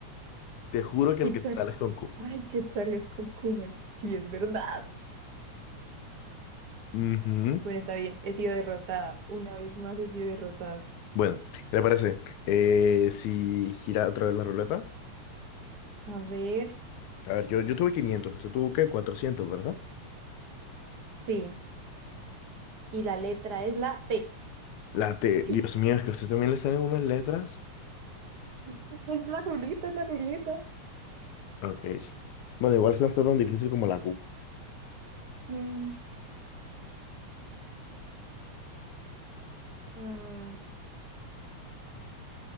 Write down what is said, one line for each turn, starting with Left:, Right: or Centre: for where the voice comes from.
Left: Te juro que
Right: Quetzal.
Left: el Quetzal es con Q.
Right: Ay, Quetzal es cucú. me- Sí, es verdad.
Left: Ujú.
Right: Bueno, está bien. He sido derrotada. Una vez más he sido derrotada.
Left: Bueno, ¿qué te parece? Eh, si gira otra vez la ruleta.
Right: A ver,
Left: A ver, yo, yo tuve 500,
Right: ahí
Left: usted tuvo qué, 400, ¿verdad?
Right: sí. Y la letra es la T.
Left: La T,
Right: <laughs>
Left: Dios mío, es que a usted también le salen unas letras.
Right: Es la ruleta, es la ruleta.
Left: Ok. Bueno, igual esta no está tan difícil como la Q.
Right: Mm, mm,